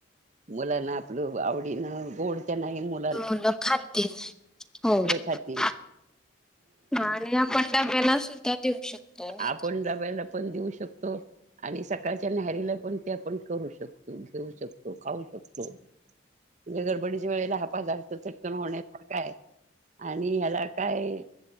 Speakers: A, on the right (about 40°); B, in the centre.
A: मुलांना आपलं आवडीन गोड त्या नाही मु
B: मुलं खातील हो.
A: मुलं खातील
B: ह आणि आपण डाब्याला सुद्धा देऊ शकतो. नाही
A: आपण
B: का?
A: डब्याला पण देऊ शकतो. आणि सकाळच्या न्यारीला पण ते आपण करू शकतो घेऊ शकतो खाऊ शकतो म्हणजे गडबडीच्या वेळेला हा पदार्थ चटकन होण्यासारखय आणि ह्याला काय